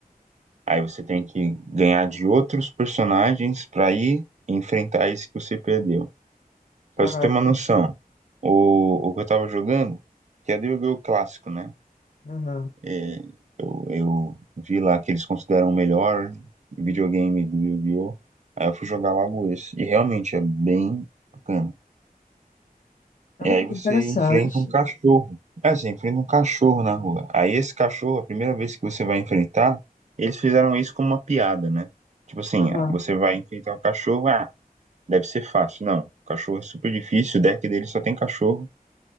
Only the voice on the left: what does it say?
Caraca.
Aham.
Olha
que
interessante.
Aham.